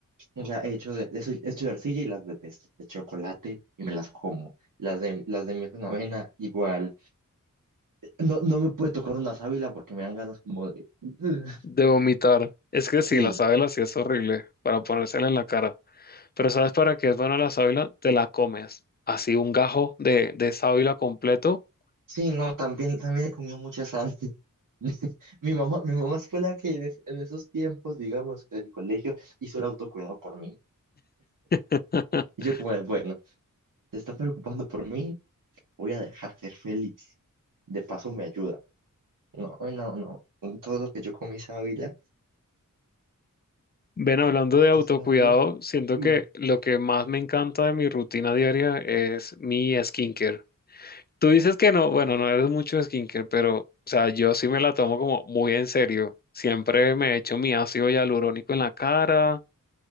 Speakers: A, on the right; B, on the left.
A: O sea, he hecho de, de, su- hecho de arcilla y las detesto. De chocolate y me las como. Las de, las de miel con avena, igual. No, no me puede tocar una sábila porque me dan ganas como de... <laughs>
B: De vomitar. Es que sí,
A: Sí,
B: la sábila sí es horrible para ponérsela en la cara. Pero ¿sabes para qué es buena la sábila? Te la comes. Así un gajo de, de sábila completo.
A: sí, no, también, también he comido muchas sábila. <laughs> Mi mamá, mi mamá fue la que en, es- en esos tiempos, digamos, en el colegio, hizo el autocuidado por mí.
B: <laughs>
A: Y yo como, de, bueno, te está preocupando por mí, voy a dejar ser feliz. De paso me ayuda. No, ay, no, no. Todo lo que yo comí sábila,
B: Ven, hablando de autocuidado,
A: los sábila.
B: siento
A: mm.
B: que lo que más me encanta de mi rutina diaria es mi skincare. Tú dices que no, bueno, no eres mucho de skincare, pero, o sea, yo sí me la tomo como muy en serio. Siempre me echo mi ácido hialurónico en la cara,